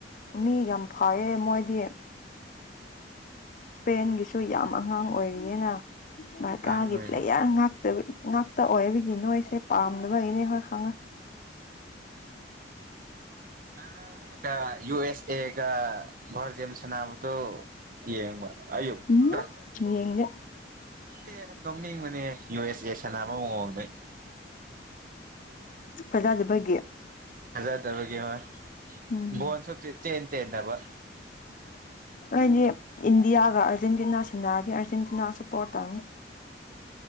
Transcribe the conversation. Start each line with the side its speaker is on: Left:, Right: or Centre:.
Left: ꯃꯤ ꯌꯥꯝ ꯐꯩꯋꯦ ꯃꯣꯏꯗꯤ ꯏꯁꯄꯦꯟꯒꯤꯁꯨ ꯌꯥꯝ ꯑꯉꯥꯡ ꯑꯣꯏꯔꯤꯑꯦꯅ ꯕꯥꯔꯀꯥꯒꯤ
Right: ꯑꯉꯥꯡ ꯑꯣꯏꯔꯦ
Left: ꯄ꯭ꯂꯦꯌꯥꯔ ꯉꯥꯛ ꯉꯥꯛꯇ ꯑꯣꯏꯕꯒꯤ ꯅꯣꯏꯁꯦ ꯄꯥꯝꯅꯕꯒꯤꯅꯦ ꯍꯣꯏ ꯈꯪꯉꯦ
Right: <unintelligible> ꯌꯨ ꯑꯦꯁ <unintelligible> ꯁꯥꯟꯅꯕꯗꯣ ꯌꯦꯡꯕ ꯑꯌꯨꯛꯇ
Left: ꯎꯝ ꯌꯦꯡꯗꯦ
Right: ꯍꯦꯟꯅ ꯅꯣꯡꯅꯤꯡꯕꯅꯦ ꯌꯨ ꯑꯦꯁ ꯑꯦꯅ ꯁꯥꯟꯅꯕ ꯃꯑꯣꯡꯗ
Left: ꯐꯖꯗꯕꯒꯤ
Right: ꯐꯖꯗꯕꯒꯤ ꯍꯣꯏ
Left: ꯎꯝ
Right: ꯕꯣꯟꯁꯨ ꯁꯨꯡꯆꯦꯟ ꯆꯦꯟꯗꯕ
Left: ꯑꯩꯗꯤ ꯏꯟꯗꯤꯌꯥꯒ ꯑꯥꯔꯖꯦꯟꯇꯤꯅꯥ ꯁꯥꯟꯅꯔꯗꯤ ꯑꯥꯔꯖꯦꯟꯇꯤꯅꯥ ꯄꯣꯔꯠ ꯇꯧꯅꯤ